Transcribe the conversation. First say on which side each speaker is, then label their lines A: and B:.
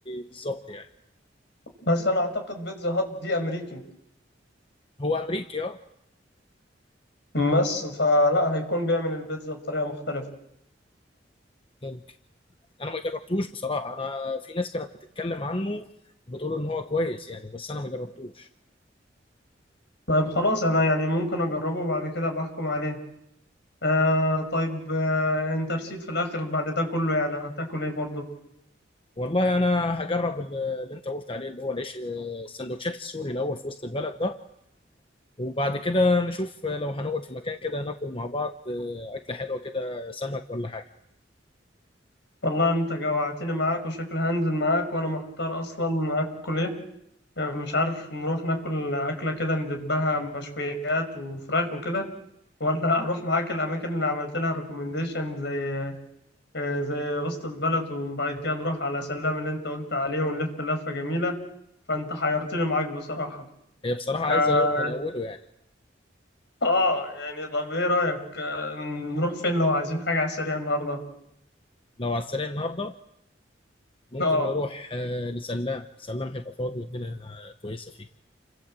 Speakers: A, on the left; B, on the left.
A: بالظبط يعني
B: بس انا اعتقد بيتزا هات دي امريكي
A: هو امريكي اه
B: بس فلا هيكون بيعمل البيتزا بطريقه مختلفه
A: ممكن انا ما جربتوش بصراحه انا في ناس كانت بتتكلم عنه وبتقول ان هو كويس يعني بس انا ما جربتوش
B: طيب خلاص انا يعني ممكن اجربه وبعد كده بحكم عليه آه طيب آه انت رسيت في الاخر بعد ده كله يعني هتاكل ايه برضو
A: والله انا هجرب ال- اللي انت قلت عليه اللي هو العيش السندوتشات السوري الاول في وسط البلد ده وبعد كده نشوف لو هنقعد في مكان كده ناكل مع بعض آه، اكله حلوه كده سمك ولا حاجه
B: والله انت جوعتني معاك وشكل هنزل معاك وانا محتار اصلا اكل ايه يعني مش عارف نروح ناكل اكله كده ندبها مشويات وفراخ وكده ولا <laughs> اروح معاك الاماكن اللي عملت لها ريكومنديشن زي آه، زي وسط البلد وبعد كده نروح على سلام اللي انت قلت عليه ونلف لفه جميله فانت حيرتني معاك بصراحه
A: هي بصراحه عايزه
B: اه,
A: يوم من اوله يعني
B: آه يعني طب ايه رايك آه، نروح فين لو عايزين حاجه على السريع النهارده
A: لو على السريع النهارده ممكن
B: اه
A: نروح آه، لسلام سلام هيبقى فاضي والدنيا آه، كويسه فيه